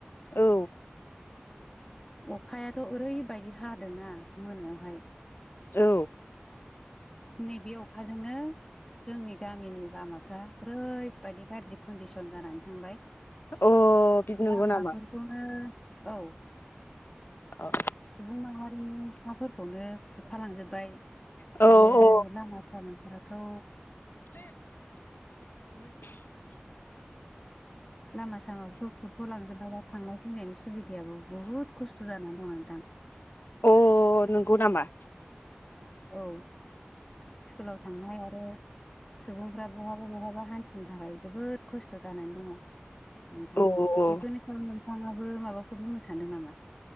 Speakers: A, on the left (about 60°); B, on the left (about 15°).
A: औ।
B: अखायाथ' ओरैबायदि हादोंना मोनायावहाय
A: औ।
B: नैबे अखाजोंनो जोंनि गामिनि लामाफ्रा ओरैबायदि गाज्रि कन्डिसन जानानै थांबाय।
A: अ बिदि नंगौ
B: लामाफोरखौनो
A: नामा
B: औ
A: औ
B: सुबुं माहारिनि हाफोरखौनो खुरखा लांजोबबाय
A: औ
B: आरो लामा सामा फोरखौ
A: <inaudible>
B: लामा सामाफोरखौ खुरख'लांजोबबाय थांनाय फैनायनि सुबिदायाबो बुहुद खस्थ' जानानै औ नोंथां।
A: अ नोंगौ नामा?
B: औ। स्कुलाव थांनाय आरो सुबुंफ्रा बहाबा बहाबा हान्थिनो थाखाय जोबोद खस्थ' जानानै दङ नोंथां।
A: औ औ औ
B: बेफोरनि सायाव नोंथाङाबो माबाफोर बुंनो सानदों नामा?